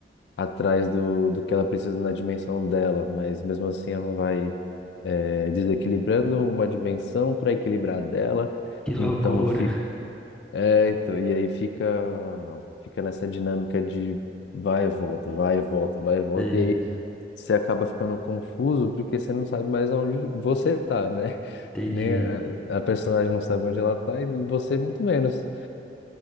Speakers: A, on the left (about 70°); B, in the centre.
A: atrás do, do que ela precisa na dimensão dela, mas mesmo assim ela vai é, desequilibrando uma dimensão para equilibrar a dela,
B: Que loucura.
A: então fica, é, então, e aí fica fica nessa dinâmica de vai e volta, vai e volta, vai e volta,
B: Sei,
A: e aí você acaba ficando confuso porque você não sabe mais onde você tá, né? <laughs>
B: entendi.
A: Nem a, a personagem não sabe onde ela tá e você muito menos.